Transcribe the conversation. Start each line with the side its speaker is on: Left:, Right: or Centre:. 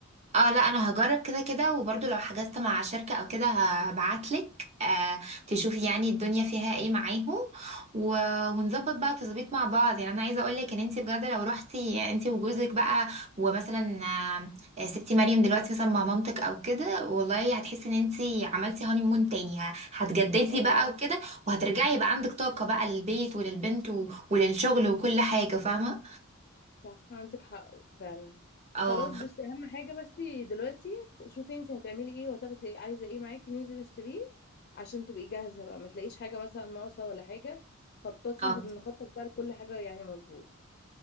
Right: اه لا انا هجرب كده كده وبرضو لو حجزت مع شركة او كده هبعتلك آه تشوفي يعني الدنيا فيها ايه معاهم و... ونظبط بقى تظبيط مع بعض يعني انا عايزة اقولك ان انت بجد لو رحتي انت وجوزك بقى ومثلا آه، سبتي مريم دلوقتي مثلا مع مامتك او كده والله هتحسي ان انت عملتي هاني مون تاني ه- هتجددي
Left: اه
Right: بقى وكده وهترجعي يبقى عندك طاقة بقى للبيت وللبنت و... وللشغل وكل حاجة فاهمة
Left: صح عندك حق فعلا
Right: اه
Left: خلاص بس اهم حاجه بس دلوقتي شوفي انت هتعملي ايه وهتاخدي عايزه ايه معاكي ننزل نشتريه عشان تبقي جاهزه بقى ما تلاقيش حاجه مثلا ناقصه ولا حاجه خططي
Right: اه
Left: نخطط بقى لكل حاجه يعني مظبوط